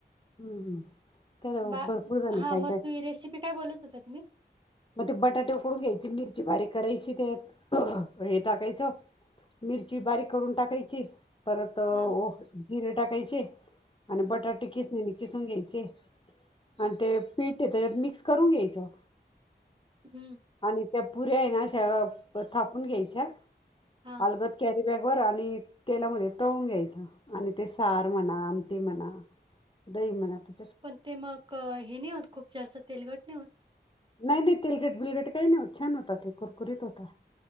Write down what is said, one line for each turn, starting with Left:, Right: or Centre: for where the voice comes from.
Left: हूं हम्म तर
Right: डाळ
Left: भरपूर जण
Right: हा
Left: काय
Right: म
Left: काय
Right: तु रेसिपी काय बोलत होत्या तुम्ही
Left: म ते बटाटे उकळून घ्यायची मिरची बारीक करायची त्यात हे टाकायचं मिरची बारीक करून टाकायची. परत ओ
Right: हां.
Left: जिरे टाकायचे आणि
Right: हं,
Left: बटाटे किसनींनी किसून घ्यायचे.
Right: हं.
Left: आणि ते पीठ ये त्याच्यात मिक्स करून घ्यायचं.
Right: हम्म
Left: आणि त्या पुऱ्या हाय ना अशा थापून घ्यायच्या
Right: हां,
Left: अलगत कॅरी बॅग वर आणि तेलामध्ये तळून घ्यायच्या आणि ते सार म्हणा आमटी म्हणा दही म्हणा तू
Right: पण ते मग हे नाही होत खूप जास्त तेलगट नाय होत.
Left: नाय नाय तेलगट बिलगट काय नाय होत. छान होतात हे कुरकुरीत होता.